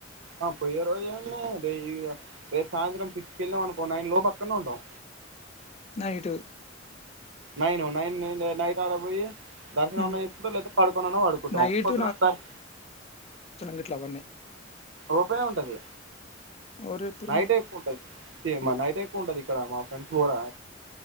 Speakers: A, on the right; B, on the left.
A: ఆ పోయ్యే రోజు ఏముంది డెయిగ రేపు సాయంత్రం సిక్స్కి ఎళ్ళాం అనుకో నైన్ లోపు అక్కనే ఉంటాం
B: నైటు
A: నైను నైన్ నిజె నైట్ కడ పోయి దర్శన
B: హ్మ్.
A: అన్న చేసుకుంటం లేతే పడుకొనన్న పడుకుంటాం
B: నైటు
A: పొద్దున దర్
B: గిట్లావన్ని
A: ఓపెనే ఉంటది
B: ఓరిప్పుడు!
A: నైట్ ఎక్కువ ఉంటది మరి నైట్ ఎక్కువ ఉంటది ఇక్కడ మా ఫ్రెండ్స్ కూడా